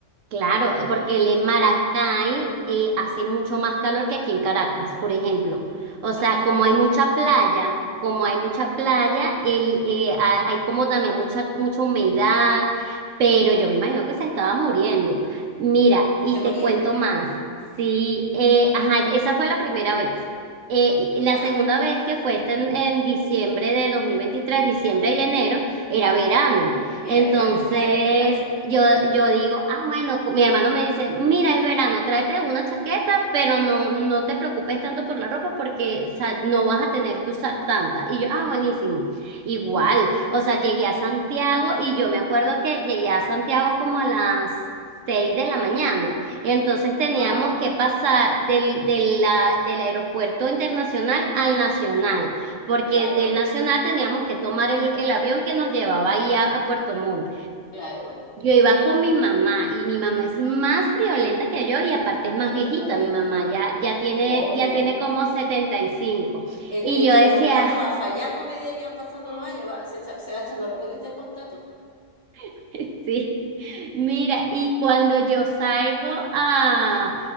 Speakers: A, on the right (about 85°); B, on the left (about 20°).
A: Claro, porque el en Maracay eh, hace mucho más calor que aquí en Caracas, por ejemplo. O sea,
B: Ah, tú estás
A: como
B: en Caracas.
A: hay mucha playa, como hay mucha playa, el, eh, ha- hay como también mucha, mucha humedad, pero yo me imagino que se estaba muriendo. Mira, y
B: Se
A: te
B: moría.
A: cuento más. Sí, eh, ajá, esa fue la primera vez. Eh, la
B: ¿Ya?
A: segunda vez que fue este en, en diciembre de 2023, diciembre y enero, era verano. Entonces,
B: Era verano, claro, claro.
A: yo, yo digo, ah, bueno, co- mi hermano me dice, mira, es verano, tráete una chaqueta, pero no, no te preocupes tanto por la ropa porque, o sea, no vas a tener que usar tanta. Y yo, ah, buenísimo. Igual, o sea, llegué a Santiago y yo me acuerdo que llegué a Santiago como a las seis de la mañana. Entonces teníamos
B: Wow,
A: que pasar del, del, la- del aeropuerto internacional al nacional porque
B: claro,
A: del Nacional teníamos que tomar el, el avión que nos llevaba ahí a, a Puerto Montt.
B: claro.
A: Yo iba con mi mamá y mi mamá es más friolenta que yo y aparte es más
B: Ay,
A: viejita,
B: no, Dios
A: mi mamá
B: mío.
A: ya, ya tiene,
B: Obvio.
A: ya tiene como 75. Y cinco.
B: El,
A: Y
B: el
A: yo
B: termostato
A: decía,
B: va fallando a medida que van pasando los años. va- se, echa- se va echando a perder el termostato.
A: <laughs> sí, mira, y cuando yo salgo a,